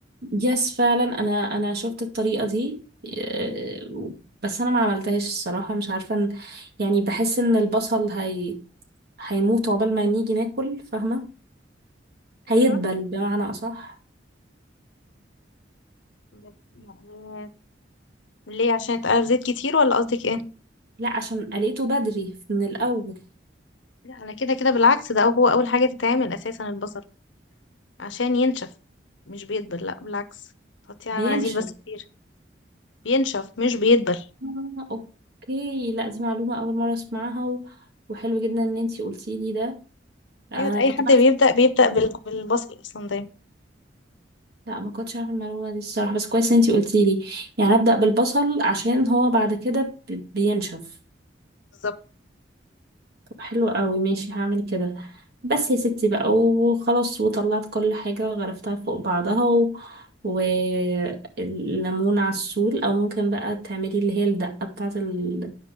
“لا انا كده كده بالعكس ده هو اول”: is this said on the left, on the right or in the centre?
Left